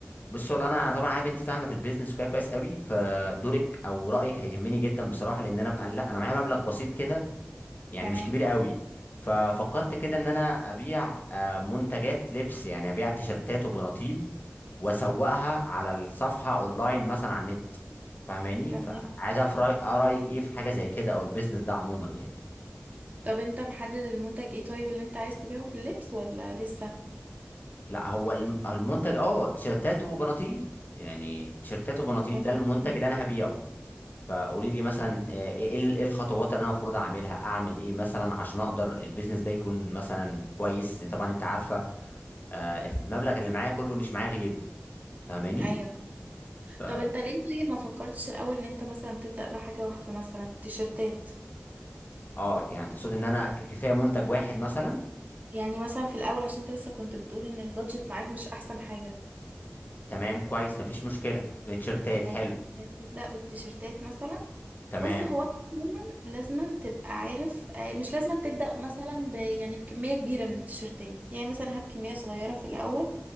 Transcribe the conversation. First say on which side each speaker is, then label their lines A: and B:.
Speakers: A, on the left (about 40°); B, on the right (about 35°).
A: بص والله انا انا طبعا عارف انت فاهمه في البيزنس وكده كويس قوي فدورك او رايك هيهمني جدا بصراحه لان انا مقلق انا معايا مبلغ بسيط كده يعني
B: تمام
A: مش كبير قوي ففكرت كده ان انا ابيع آه، منتجات لبس يعني ابيع تيشرتات وبناطيل واسوقها على الصفحه اونلاين مثلا على النت فاهماني
B: تمام
A: فعايز اعرف رأي- آه، رايك ايه في حاجه زي كده او البيزنس ده عموما يعني
B: طب انت محدد المنتج ايه طيب اللي انت عايز تبيعه في اللبس ولا لسه
A: لا هو الم- المنتج اه تيشرتات وبناطيل يعني تيشرتات وبناطيل
B: تمام.
A: ده المنتج
B: تمام.
A: اللي انا هبيعه فقولي لي مثلا آه، ايه ال- إيه الخطوات اللي انا المفروض اعملها اعمل ايه مثلا عشان اقدر البيزنس ده يكون مثلا كويس لأن طبعا انت عارفه آه، المبلغ اللي معايا كله مش معايا غيره فاهماني
B: ايوه
A: ف
B: طب انت ليه طيب ما فكرتش الاول ان انت مثلا تبدأ بحاجة واحدة مثلا تيشرتات
A: اه يعني تقصد ان انا ك- كفايه منتج واحد مثلا
B: يعني مثلا في الاول عشان انت لسه كنت بتقول ان البادجت معاك مش احسن حاجة
A: تمام كويس مفيش مشكله تيشرتات
B: يعني
A: حلو
B: مثلا تبدأ بالتيشرتات مثلا
A: تمام
B: بص هو أنت عموما لازما تبقى عارف آه، مش لازما تبدأ مثلا ب يعني بكمية كبيرة من التيشيرتات يعني مثلا هات كمية صغيرة في الأول